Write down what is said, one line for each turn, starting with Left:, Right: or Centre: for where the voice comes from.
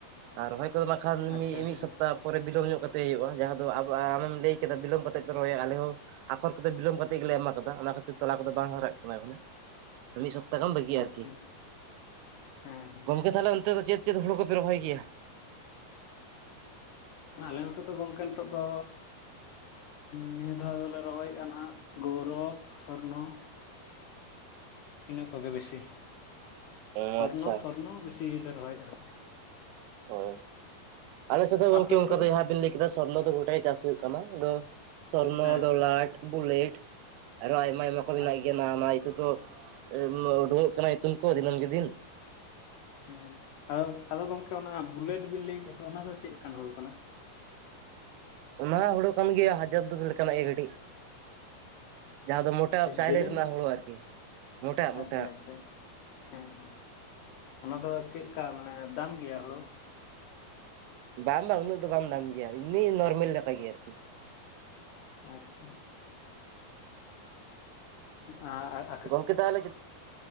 Right: ᱟᱨ ᱨᱚᱦᱚᱭ ᱠᱚ ᱢᱟᱠᱷᱟᱱ
Left: ᱟᱪᱪᱷᱟ
Right: ᱢᱤᱜ
Left: ᱟᱪᱪᱷᱟ
Right: ᱢᱤᱜ ᱥᱚᱯᱛᱟ᱾ ᱯᱚᱨᱮ ᱵᱤᱞᱚᱢ ᱧᱚᱜ ᱠᱟᱛᱮ ᱦᱩᱭᱩᱜᱼᱟ, ᱡᱟᱦᱟᱸ ᱫᱚ ᱟᱵ ᱟᱢᱮᱢ ᱞᱟᱹᱭ ᱠᱮᱫᱟ ᱵᱤᱞᱚᱢ ᱠᱟᱛᱮᱫ ᱯᱮ ᱨᱚᱦᱭᱟ ᱟᱞᱮ ᱦᱚᱸ ᱟᱠᱷᱚᱨ ᱠᱚᱫᱚ ᱵᱤᱞᱚᱢ ᱠᱟᱛᱮᱫ ᱜᱮᱞᱮ ᱮᱢᱟ ᱠᱟᱫᱟ ᱚᱱᱟ ᱠᱷᱟᱹᱛᱤᱨ ᱛᱚᱞᱟ ᱠᱚᱫᱚ ᱵᱟᱝ ᱦᱟᱨᱟᱜ ᱠᱟᱱᱟ ᱚᱱᱮ᱾ ᱢᱤᱫ ᱥᱚᱯᱛᱟ ᱠᱚᱢ ᱵᱟᱹᱜᱤ ᱟᱨᱠᱤ᱾
Left: ᱟᱪᱪᱷᱟ ᱦᱮᱸ ᱦᱮᱸ
Right: ᱜᱚᱢᱠᱮ ᱛᱟᱦᱚᱞᱮ ᱚᱱᱛᱮ ᱫᱚ ᱪᱮᱫ ᱪᱮᱫ ᱦᱳᱲᱳ ᱠᱚᱯᱮ ᱨᱚᱦᱚᱭ ᱜᱮᱭᱟ?
Left: ᱟᱞᱮ ᱱᱚᱛᱮ ᱫᱚ ᱜᱚᱝᱠᱮ ᱱᱤᱛᱳᱜ ᱫᱚ ᱱᱤᱭᱟᱹ ᱫᱷᱟᱣ ᱫᱚᱞᱮ ᱨᱚᱦᱚᱭᱮᱫᱼᱟ ᱱᱟᱦᱱᱟᱜ ᱜᱳᱨᱚᱵᱽ, ᱥᱚᱨᱱᱚ, ᱤᱱᱟᱹ ᱠᱚᱜᱮ ᱵᱮᱥᱤ
Right: ᱚ
Left: ᱥᱚᱨᱱᱚ
Right: ᱟᱪᱪᱷᱟ
Left: ᱥᱚᱨᱱᱚ ᱵᱤᱥᱤ ᱞᱮ ᱨᱚᱦᱚᱭᱮᱫᱼᱟ᱾ ᱟᱨᱠᱤ᱾
Right: ᱦᱳᱭ ᱟᱞᱮ ᱥᱮᱫ ᱫᱚ ᱜᱚᱝᱠᱮ
Left: ᱟᱯᱮ ᱚᱱᱛᱮ
Right: ᱚᱱᱠᱟ ᱫᱚ ᱡᱟᱦᱟᱸ ᱵᱤᱱ ᱞᱟᱹᱭ ᱠᱮᱫᱟ ᱥᱚᱨᱱᱚ ᱫᱚ ᱜᱚᱴᱟᱜ ᱜᱮ ᱪᱟᱥ ᱦᱩᱭᱩᱜ ᱠᱟᱱᱟ ᱟᱫᱚ, ᱥᱚᱨᱱᱚ,
Left: ᱦᱮᱸ
Right: ᱫᱚᱞᱟᱴᱷ, ᱵᱩᱞᱮᱴᱷ᱾ ᱟᱨᱚ ᱟᱭᱢᱟ ᱟᱭᱢᱟ ᱠᱚ ᱢᱮᱱᱟᱜ
Left: ᱟᱪᱪᱷᱟ
Right: ᱜᱮᱭᱟ ᱚᱱᱟ ᱤᱛᱟᱹ ᱛᱚ᱾ <inaudible> ᱩᱰᱸᱩᱝᱚᱜ ᱠᱟᱱᱟ ᱤᱛᱩᱢ ᱠᱚ ᱫᱤᱱᱟᱹᱢ ᱜᱮ ᱫᱤᱱ᱾
Left: ᱦᱮᱸ ᱟᱫᱚ ᱟᱫᱚ ᱜᱚᱝᱠᱮ ᱚᱱᱟ ᱵᱩᱞᱮᱴ ᱵᱤᱱ ᱞᱟᱹᱭ ᱠᱮᱫ ᱛᱚ ᱚᱱᱟ ᱫᱚ ᱪᱮᱫ ᱞᱮᱠᱟᱱ ᱦᱩᱲᱩ ᱠᱟᱱᱟ?
Right: ᱚᱱᱟ ᱦᱩᱲᱩ ᱠᱟᱱ ᱜᱮᱭᱟ ᱦᱟᱡᱟᱨ ᱫᱚᱥ ᱞᱮᱠᱟᱱᱟᱜ ᱜᱮ ᱠᱟᱹᱴᱤᱡ᱾ ᱡᱟᱦᱟᱸ ᱫᱚ ᱢᱚᱴᱟ
Left: ᱪᱮᱫ
Right: ᱪᱟᱣᱞᱮ
Left: ᱡᱮᱞᱮᱧ,
Right: ᱨᱮᱱᱟᱜ ᱦᱩᱲᱩ ᱟᱨᱠᱤ ᱢᱚᱴᱟᱜ ᱢᱚᱴᱟᱜ
Left: ᱟᱪᱪᱷᱟ ᱟᱪᱷᱟ᱾ ᱦᱮᱸ ᱦᱮᱸ, ᱚᱱᱟ ᱫᱚ ᱪᱮᱫ ᱞᱮᱠᱟ ᱢᱟᱱᱮ ᱫᱟᱢ ᱜᱮᱭᱟ ᱦᱩᱲᱩ?
Right: ᱵᱟᱝ ᱵᱟᱝ ᱩᱱᱟᱹᱜ ᱫᱚ ᱵᱟᱢ ᱫᱟᱢ ᱜᱮᱭᱟ ᱮᱢᱱᱤ ᱱᱚᱨᱢᱚᱞ ᱞᱮᱠᱟ ᱜᱮ ᱟᱨᱠᱤ᱾
Left: ᱟᱪᱪᱷᱟ ᱟᱨ <unintelligible>
Right: ᱜᱚᱝᱠᱮ ᱛᱟᱦᱚᱞᱮ